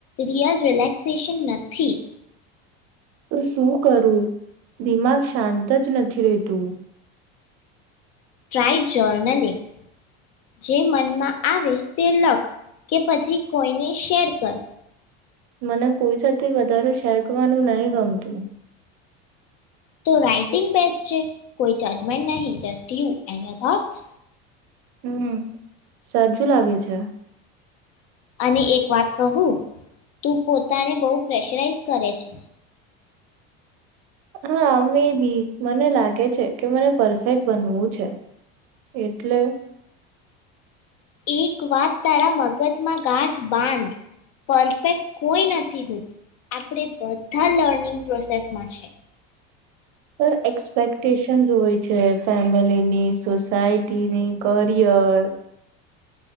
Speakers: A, on the left (about 55°); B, on the right (about 55°).
A: રિયલ રિલેક્સેશન નથી.
B: તો શું કરું દિમાગ શાંત જ નથી રેતું?
A: ટ્રાય જર્નલી જે મનમાં આવે તે લખ કે પછી કોઈને શેર કર.
B: મને કોઈ સાથે વધારે શેર કરવાનું નહી ગમતું.
A: તો રાઇટિંગ બેસ્ટ છે, કોઈ જજમેન્ટ નહીં just you and your thoughts.
B: હમ્મ, સાચું લાગે છે.
A: અને એક વાત કહું તું પોતાને બહુ પ્રેશરાઈઝ કરે છે.
B: હા અમે બી મને લાગે છે કે મને પરફેક્ટ બનવું છે. એટલે
A: એક વાત તારા મગજમાં ગાંઠ બાંધ પરફેક્ટ કોઈ નથી હોત આપણે બધા લર્નિંગ પ્રોસેસમાં છે.
B: પણ એક્સપેક્ટેશનસ હોય છે ફેમિલીની, સોસાયટીની, કરિયર